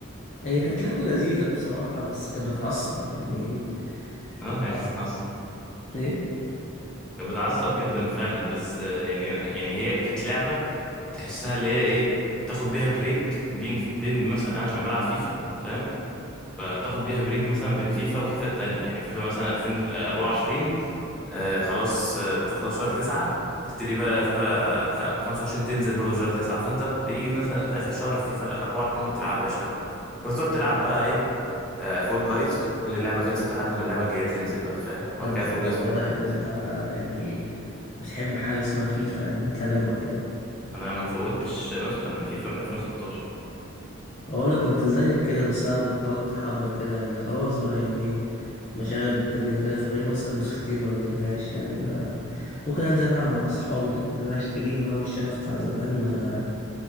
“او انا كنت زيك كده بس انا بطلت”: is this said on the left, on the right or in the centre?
Left